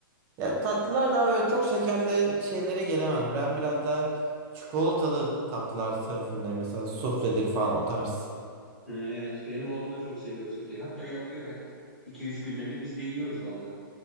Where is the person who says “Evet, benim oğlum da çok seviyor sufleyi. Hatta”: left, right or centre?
Centre